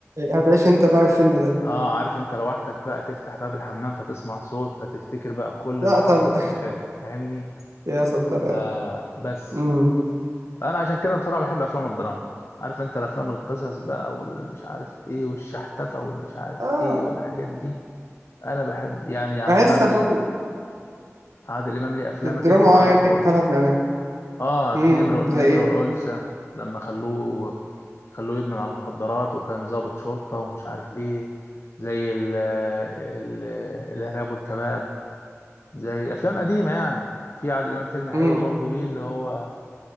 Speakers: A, on the right (about 75°); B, on the left (about 55°).
A: هتعيش انت بقى الفيلم ده
B: اه عارف انت لوحدك بقى تفتح باب الحمام فتسمع صوت فتفتكر بقى كل
A: لا
B: اللي حصل
A: طب
B: في الفيلم فاهمني
A: <laughs> يا ستار
B: آه
A: يا رب.
B: بس
A: امم
B: انا عشان كده بصراحه بحب افلام الدراما عارف انت الافلام القصص بقى والمش عارف ايه والشحتفه والمش عارف
A: اه
B: ايه والحاجات دي انا بحب يعني عادل
A: بحس
B: امام
A: أفلام
B: ليه عادل امام ليه افلامك
A: الدراما
B: انت تعرفها
A: اه يعني
B: برضه
A: بتاعت الامان
B: اه
A: امم
B: في النمر النمر
A: زي ايه
B: والانثى لما خلوه خلوه يدمن على المخدرات وكان ضابط شرطه ومش عارف ايه زي ال ال الارهاب والكباب زي افلام قديمه يعني في عادل امام فيلم حلو
A: امم
B: برضه ليه اللي هو